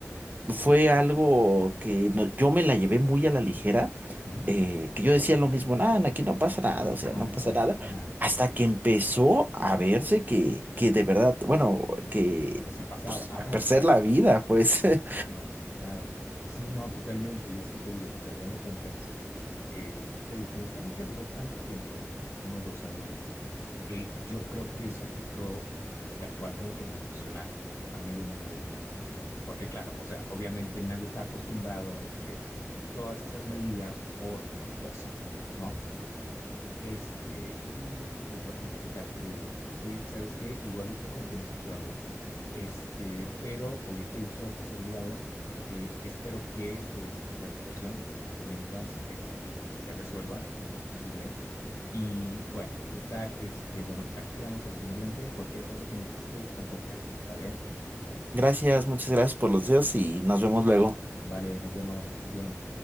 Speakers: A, on the right; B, on the left.
A: fue algo que no- yo me la llevé muy a la ligera,
B: Ujú,
A: eh, que yo decía lo mismo, nada, aquí no pasa nada, o sea,
B: Ajá,
A: no
B: exacto,
A: pasa nada,
B: claro,
A: hasta
B: claro.
A: que empezó a verse que, que de verdad, bueno, que
B: Que si pasaba,
A: pues
B: ajá,
A: a perder
B: exacto,
A: la vida, pues. <laughs>
B: claro, claro. Sí, no, totalmente. Y es que te digo, pues al final de cuentas, eh, te digo, como fue algo que duró tanto tiempo, unos dos años, eh, yo creo que eso afectó, pues tal cual como que en lo emocional a medio mundo. Porque claro, o sea, obviamente nadie está acostumbrado de todas esas medidas por dos años, ¿no? Este, y pues bueno, total, ¿qué te digo? Oye, ¿sabes qué? Igual ahorita como que me surgió algo. Este, pero oye, qué gusto haberte saludado. Eh, espero que pues la situación que me comentas, este, pues se resuelva lo antes posible. Y bueno, total, este, bueno, aquí quedamos al pendiente. Cualquier cosa que necesites con confianza, ¿vale?
A: Gracias, muchas gracias por los deseos y nos vemos luego.
B: Vale, nos vemos, que estés bien.